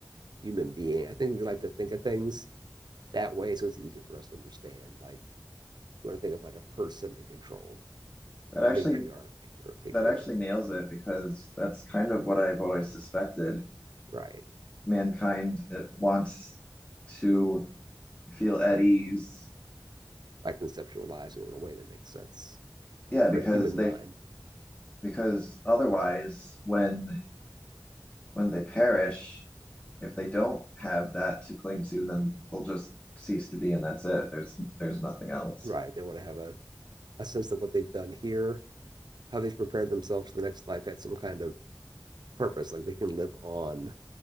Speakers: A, on the right; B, on the left.
A: human being. I think we like to think of things that way, so it's easier for us to understand. Like we want to think of like a person in control,
B: That actually
A: a matriarch or a patriarch,
B: that actually nails it because that's kind of what I've always suspected.
A: right?
B: Mankind it wants to feel at ease.
A: By conceptualizing in a way that makes sense
B: Yeah, because
A: or a human
B: they
A: mind,
B: because otherwise when when they perish, if they don't have that to cling to, then they'll just cease to be, and that's it. There's there's nothing else.
A: right? They want to have a, a sense of what they've done here, how they've prepared themselves for the next life had some kind of purpose, like they can live on,